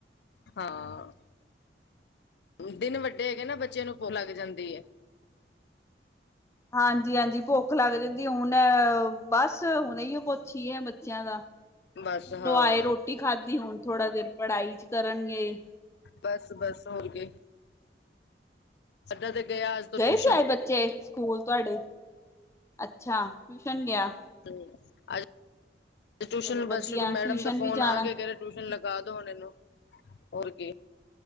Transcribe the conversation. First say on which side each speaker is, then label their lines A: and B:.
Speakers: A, on the left; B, on the left.
A: ਹਾਂ‌। ਦਿਨ ਵੱਡੇ ਹੈਗੇ ਨਾ ਬੱਚੇ ਨੂੰ ਭੁੱਖ ਲੱਗ ਜਾਂਦੀ ਐ।
B: ਹਾਂਜੀ, ਹਾਂਜੀ ਭੁੱਖ ਲੱਗ ਜਾਂਦੀ ਹੁਣ ਬਸ ਹੁਣ ਹੀ ਕੁਛ ਹੀ ਹੈ ਬੱਚਿਆਂ ਦਾ।
A: ਬਸ
B: ਸਕੂਲੋਂ
A: ਹਾਂ
B: ਆਏ ਰੋਟੀ ਖਾਧੀ ਹੁਣ ਥੋੜਾ ਦੇਰ ਪੜ੍ਹਾਈ ਚ ਕਰਨਗੇ।
A: ਬਸ-ਬਸ ਹੋਰ ਕੀ। ਸਾਡਾ ਤੇ ਗਿਆ
B: ਹੂੰ
A: ਅੱਜ ਤੋਂ
B: ਗਏ
A: ਟਿਊਸ਼ਨ
B: ਸੀ ਅੱਜ ਬੱਚੇ ਸਕੂਲ ਤੁਹਾਡੇ ਅੱਛਾ, ਟਿਊਸ਼ਨ ਗਿਆ।
A: ਹਮ ਅੱਜ ਟਿਊਸ਼ਨ
B: ਚਲੋ ਵਧੀਆ
A: ਬਸ ਜੋ ਮੈਡਮ
B: ਟਿਊਸ਼ਨ
A: ਦਾ ਫੋਨ
B: ਵੀ ਜਾਣਾ
A: ਆ ਗਿਆ ਟਿਊਸ਼ਨ ਲਗਾ ਦੋ ਹੁਣ ਇਹਨੂੰ, ਹੋਰ ਕੀ।